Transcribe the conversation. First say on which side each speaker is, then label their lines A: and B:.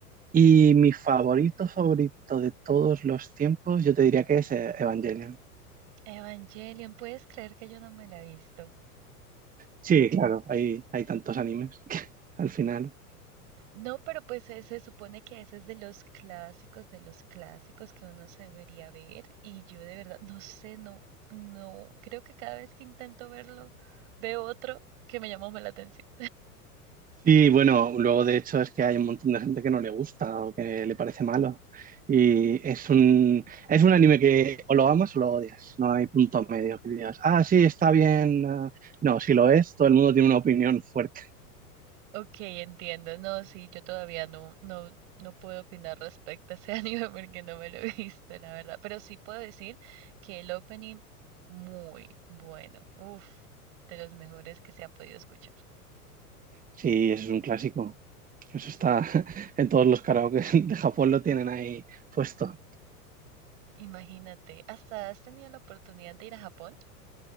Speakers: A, on the right; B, on the right.
A: Y mi favorito, favorito de todos los tiempos, yo te diría que es eh, Evangelion.
B: Evangelion, ¿puedes creer que yo no me la he visto?
A: Sí, claro, hay, hay tantos animes que <laughs> al final
B: No, pero pues eh, se supone que ese es de los clásicos, de los clásicos que uno se debería ver y yo de verdad no sé, no, no, creo que cada vez que intento verlo veo otro que me llama más la atención.
A: Sí, bueno, luego de hecho es que hay un montón de gente que no le gusta o que le parece malo. Y es un, es un anime que o lo amas o lo odias. No hay punto medio que digas, ah, sí, está bien. ah". No, si lo es, todo el mundo tiene una opinión fuerte.
B: Ok, entiendo, no, sí, yo todavía no, no, no puedo opinar respecto a ese <laughs> anime porque no me lo he visto, la verdad, pero sí puedo decir que el opening muy bueno, uff, de los mejores que se ha podido escuchar.
A: Sí, eso es un clásico. Eso está <laughs> en todos los karaoke de Japón lo tienen ahí puesto.
B: Imagínate, ¿hasta has tenido la oportunidad de ir a Japón?